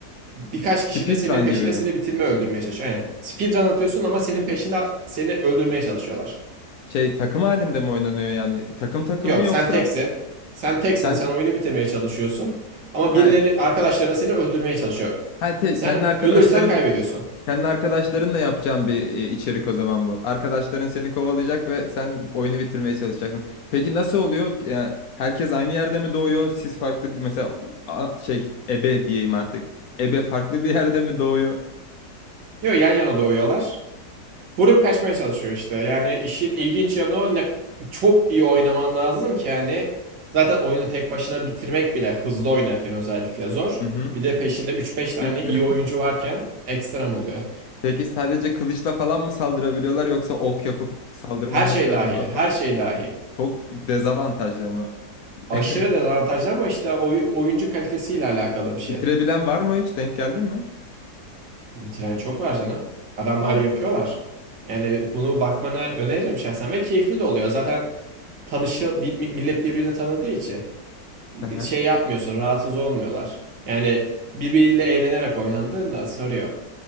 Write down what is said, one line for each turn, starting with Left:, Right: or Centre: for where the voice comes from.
Right: Birkaç
Left: Speedrun
Right: kişi de senin peşinde
Left: gibi mi?
Right: seni bitirme öldürmeye çalışıyor. Aynen. Speedrun atıyorsun ama senin peşinde seni öldürmeye çalışıyorlar.
Left: Şey takım halinde mi oynanıyor yani? Takım takım
Right: Yok
Left: mı yoksa
Right: sen teksin. Sen teksin.
Left: sen
Right: Sen oyunu bitirmeye çalışıyorsun. Ama
Left: ha,
Right: birileri arkadaşlarına seni öldürmeye çalışıyor.
Left: ha te-
Right: Sen
Left: kendi arkadaşların
Right: ölürsen kaybediyorsun.
Left: Kendi arkadaşlarınla yapacağım bir e, içerik o zaman bu. Arkadaşların seni kovalayacak ve sen oyunu bitirmeye çalışacaksın. Peki nasıl oluyor? Yani herkes aynı yerde mi doğuyor? Siz farklı bir mesela a- şey ebe diyeyim artık. Ebe farklı bir yerde mi doğuyor?
Right: Yok yan yana doğuyorlar. Vurup kaçmaya çalışıyor işte. Yani işin ilginç yanı o ne, çok iyi oynaman lazım ki hani zaten oyunu tek başına bitirmek bile hızlı oynarken özellikle zor.
Left: Hı hı.
Right: Bir de peşinde üç beş tane
Left: Bir de
Right: iyi oyuncu varken ekstrem oluyor.
Left: Peki sadece kılıçla falan mı saldırabiliyorlar yoksa ok yapıp saldırma
Right: Her şey
Left: hakları
Right: dahil,
Left: falan
Right: her
Left: var? mı?
Right: şey dahil.
Left: Çok dezavantaj ama.
Right: Aşırı
Left: <laughs>
Right: dezavantajlı ama işte oy- oyuncu kalitesiyle alakalı bir şey.
Left: Bitirebilen var mı hiç? Denk geldin mi?
Right: Bitiren çok var canım. Adamlar
Left: Abi,
Right: yapıyorlar. Yani bunu bakmanı öneririm şahsen ve keyifli de oluyor. Zaten tanışı millet birbirini tanıdığı için. Ee,
Left: aha.
Right: şey yapmıyorsun, rahatsız olmuyorlar. Yani birbiriyle eğlenerek oynandığında sarıyor.